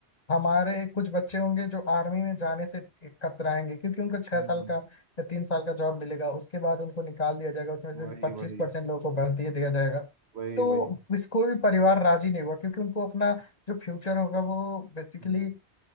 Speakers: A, on the left (about 35°); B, on the right (about 70°).
A: हमारे कुछ बच्चे होंगे जो आर्मी में जाने से कतराएंगे क्योंकि उनको छह
B: हम्म,
A: साल का या तीन साल का जॉब मिलेगा उसके बाद उनको निकाल दिया जाएगा उसमें से
B: वही
A: पच्चीस
B: वही
A: परसेंट लोगों को भर्ती दिया जाएगा
B: वही
A: तो
B: वही
A: इस कोई भी परिवार राजी नहीं हुआ क्योंकि उनको अपना जो फ्यूचर होगा वो बेसिकली
B: हम्म,